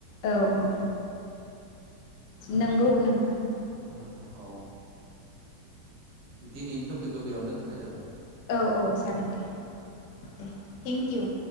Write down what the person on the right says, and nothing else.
अ औ दिनैनिथ फिखौ बेयाव दोनथनाय जाबाय।